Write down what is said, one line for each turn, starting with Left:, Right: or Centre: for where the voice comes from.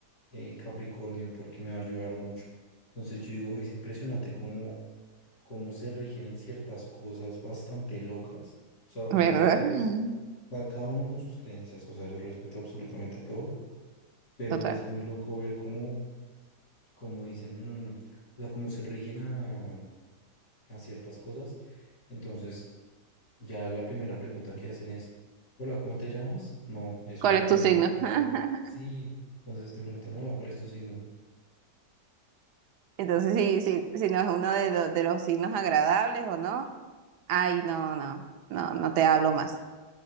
Left: eh, Capricornio porque me va a ayudar mucho. Entonces yo digo, es impresionante cómo, cómo se rigen en ciertas cosas bastante locas. O sea, obviamente
Right: ¿verdad? Ujú.
Left: pues ca- cada uno con sus creencias, o sea, yo respeto absolutamente todo, pero
Right: Total.
Left: es muy loco ver cómo, cómo dicen, mm, o sea, cómo se rigen a, a ciertas cosas. Entonces ya la primera pregunta que hacen es, hola, ¿cómo te llamas? No, eso
Right: ¿Cuál
Left: ya
Right: es
Left: quedó
Right: tu signo?
Left: en el pasado.
Right: <laughs>
Left: Sí, entonces te preguntan, hola, ¿cuál es tu signo?
Right: Entonces, sí, sí, si no es uno de, lo- de los signos agradables o no, ay, no, no, no, no te hablo más.